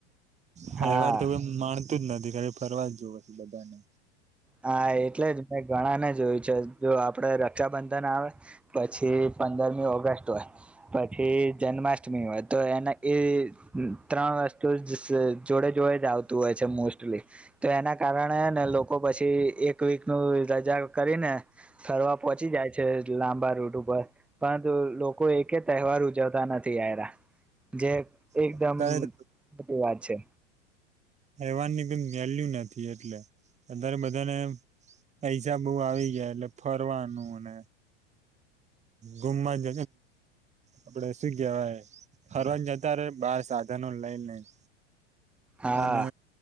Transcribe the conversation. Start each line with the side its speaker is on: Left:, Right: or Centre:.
Right: તહેવાર
Centre: હા
Right: તો માણ તું જ નથી ખાઈ ફરવા જ જોવે છે બધાને.
Centre: હા એટલે જ મે ઘણા ને જ જોયું છે જો આપડે રક્ષાબંધન આવે પછી પંદરમી ઓગસ્ટ હોય પછી જન્માષ્ટમી હોય તો એના એ ત્રણ વસ્તુ જોડે જોડે જ આવતું હોય છે મોસ્ટલી તો એના કારણે ને લોકો પછી એક વીક નું રજા કરીને ફરવા પહોંચી જાય છે લાંબા રૂટ ઉપર પરંતુ લોકો એકે તહેવાર ઉજવતા નથી આવ્યા જે એકદમ
Right: અત્યારે
Centre: ખોટી વાત છે.
Right: રહેવાની કઈ વેલ્યુ નથી એટલે અત્યારે બધાને પૈસા બહું આવી ગયા એટલે ફરવાનું અને ગુમવા જ આપડે શું કેહવાય ફરવા જતા બાર સાધનો લઈ લઈને
Centre: હા
Right: અને